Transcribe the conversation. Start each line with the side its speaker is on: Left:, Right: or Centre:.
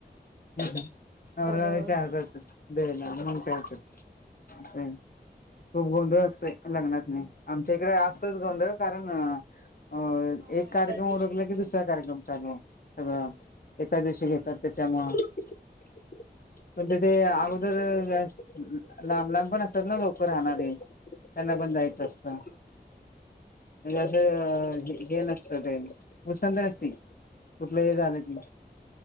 Left: नवरा
Right: सगळ्या
Left: नवरी
Right: गोष्टी
Left: <unintelligible> मग काय तर. खूप गोंधळ असतो लग्नातनी. आमच्या इकडे असतोच गोंधळ कारण अ,
Right: हा
Left: एक
Right: एका
Left: कार्यक्रम
Right: दिवशी
Left: ओरखला की दुसरा कार्यक्रम. चालू तर-अ एकाचं दिवशी घेतात त्याच्या मुळ म्हणजे ते
Right: तसं
Left: अगोदर
Right: आम
Left: अ लांब लांब पण असतात ना लोक राहणारे. त्यांना पण जायचं असत म्हणजे असं कि हे नसत ते <unintelligible> कुठलं हे झालं की